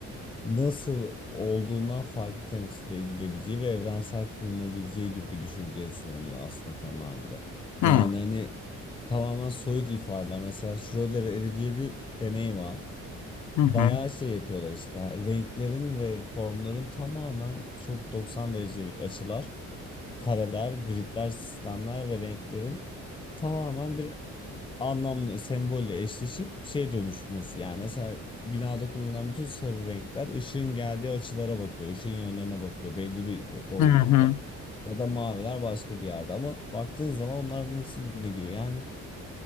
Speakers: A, on the left; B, on the left.
A: nasıl olduğundan farklı temsil edilebileceği ve evrensel kılınabileceği gibi bir düşünceye sığınıyor aslında temelde. Yani
B: hı,
A: hani tamamen soyut ifadeler. Mesela Schrödinger evi diye bir deney var.
B: hı hı,
A: Bayağı şey yapıyorlar işte. Yani Renklerin ve formların tamamen çok 90 derecelik açılar, kareler, gridler, sistemler ve renklerin tamamen bir anlamlı sembolle eşleşip şey dönüşmesi. Yani mesela binada kullanılan bütün sarı renkler ışığın geldiği açılara bakıyor, ışığın yönlerine bakıyor belli bir doğrultuda.
B: hı hı.
A: Ya da maviler başka bir yerde ama baktığın zaman onların hepsi birbirine giriyor. Yani